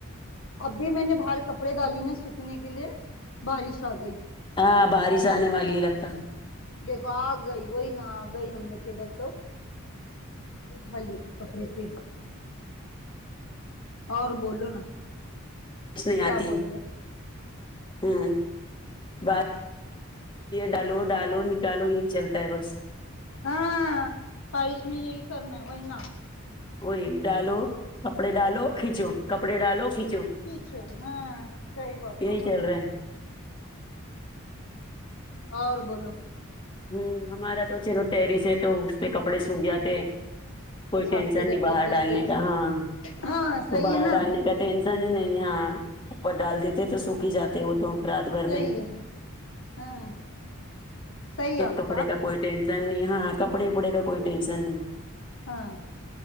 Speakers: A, on the left (about 65°); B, on the left (about 20°).
A: ابھی میں نے باہر کپڑے ڈالی ن سوکھنے کے لیے بارش آ گئی
B: ہاں بارش آنے والی ہے لگتا
A: دیکھو آ گئی وہی نہ آ گئی ہم لوگ کے ادھر تو اٹھا لیٹی کپڑے پھر اور بولو نا
B: پوچ نہیں
A: کیا
B: آتی
A: بول رہے
B: ہوں بات ڈالو ڈالو نکالو یہی چلتا ہے بس
A: ہاں بارش میں یہی کرنا ہے وہی نا
B: وہی ڈالو کپڑے ڈالو کھیچو کپڑے ڈالو کھیچو
A: کھیچو ہاں صحیح بات بولا
B: چل رہا ہے
A: اور بولو
B: ہوں ہمارا تو چلو ٹیرس ہے تو اس پہ کپڑے سوکھ جاتے ہیں کوئی
A: اچھا
B: ٹینشن
A: آپ کے ادھر
B: نہیں باہر
A: ٹیرس
B: ڈالنے
A: ہے
B: کا ہاں
A: ہاں
B: تو
A: صحیح
B: باہر
A: ہے نا
B: ڈالنے کا ٹینش سنی نہیں ہاں اوپر ڈال دیتے تو سوکھ ہی جاتے وہ تو رات بھر
A: صحیح
B: میں
A: ہے ہاں صحیح
B: تو
A: ہے آپ
B: کپڑے کا کوئی ٹینشن نہیں ہاں کپڑے اپڑے کا کوئی ٹینشن نہیں
A: ہاں